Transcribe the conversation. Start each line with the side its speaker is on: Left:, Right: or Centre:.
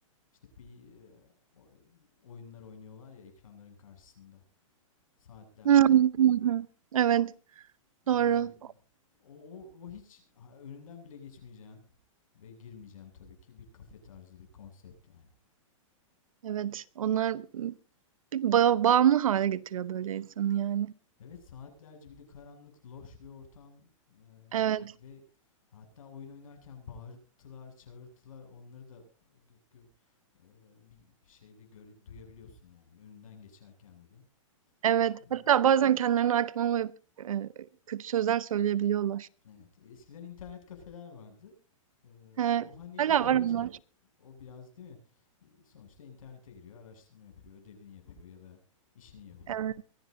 Left: işte bir e, o- oyunlar oynuyorlar ya ekranların karşısında saatlerce.
Right: Hı Hı hı. Evet,
Left: Yani
Right: doğru.
Left: o, o, o hiç ha, önünden bile geçmeyeceğim ve girmeyeceğim tabii ki bir kafe tarzı bir konsept yani.
Right: Evet, onlar bir ba bağımlı hâle getiriyor böyle insanı yani.
Left: Evet saatlerce bir de karanlık, loş bir ortam eee,
Right: Evet,
Left: ve hatta oyun oynarken bağırtılar, çağırtılar onları da gö- gö- eee, bir şeyde göre- duyabiliyorsun yani önünden geçerken bile.
Right: evet.
Left: Hmm.
Right: Hatta bazen kendilerine hâkim olmayıp, eee, kötü sözler söyleyebiliyorlar.
Left: Evet eskiden internet kafeler vardı. Eee,
Right: He,
Left: o hani
Right: hala
Left: bir derece
Right: var onlar.
Left: o biraz değil mi? İ- Sonuçta internete giriyor, araştırma yapıyor, ödevini yapıyor ya da işini yapıyor.
Right: Evet,